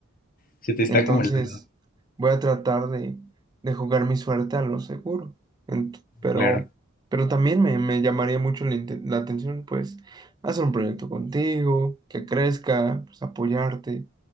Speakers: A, on the left; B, on the right.
A: se te está
B: entonces
A: acumulando,
B: voy a tratar de, de jugar mi suerte a lo seguro, Ent- pero,
A: claro.
B: pero también me, me llamaría mucho la, inte- la atención, pues, hacer un proyecto contigo, que crezca, pues apoyarte,